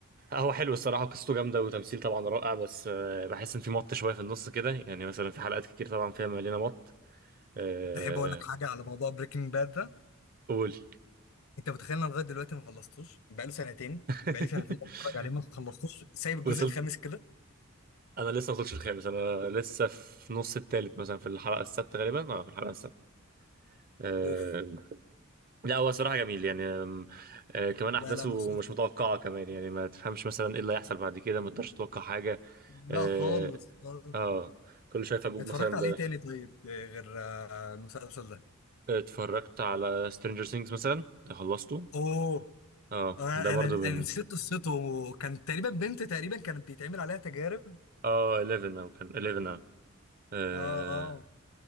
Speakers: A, on the right (about 40°); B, on the left (about 75°).
A: هو حلو الصراحه قصته جامده وتمثيل طبعا رائع بس آه بحس ان في مط شويه في النص كده يعني مثلا في حلقات كتير طبعا فيها مليانه مط آه
B: تحب اقول لك حاجة على موضوع بريكنج باد ده
A: قول
B: انت متخيل انا لغايه دلوقتي ما خلصتوش بقاله سنتين
A: <laughs>
B: بقالي سنتين بتفرج عليه ما خلصتوش سايب الجزء
A: وصلت
B: الخامس كده
A: انا لسه ما وصلتش الخامس انا لسه في نص التالت مثلا في الحلقه السادسه غالبا اه في الحلقه السادسه آه،
B: اوف
A: لا هو صراحه جميل يعني آم، آه، كمان احداثه
B: لا لا مسافه
A: مش متوقعه كمان يعني ما تفهمش مثلا ايه اللي هيحصل بعد كده ما تقدرش تتوقع حاجه
B: لا
A: اه
B: خالص خالص.
A: آه، كل شويه فجوج
B: اتفرجت
A: مثلا
B: على
A: ب-
B: ايه تاني طيب آه، غير آه، المسلسل ده
A: اتفرجت على سترينجر ثينجز مثلا ده خلصته
B: اوه
A: اه
B: انا
A: ده برضو
B: انا
A: من
B: انا نسيت قصته وكان تقريبا بنت تقريبا كانت بيتعمل عليها تجارب
A: اه 11 او كان 11 اه آه،
B: اه اه